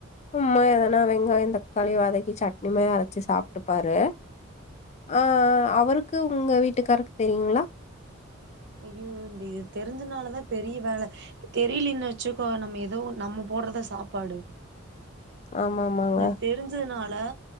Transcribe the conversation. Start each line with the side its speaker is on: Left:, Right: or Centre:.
Left: சும்மா எதனா வெங்காய தக்காளி வதக்கி சட்னிம அரச்சி சாப்ட்டுபாரு ஆஹ் அவுருக்கு உங்க வீட்டுக்காருக்கு தெரியுங்ளா
Right: ஐயோ இந்த இத் தெரிஞ்சனாலதா பெரிய வேல தெரிலீன்னு வச்சுக்கோ நம்ப ஏதோ ஒன்னு நம்ப போட்டுறதா சாப்பாடு
Left: ஆமா ஆமாங்க
Right: இந்த தெருஞ்சது நால் ல்ல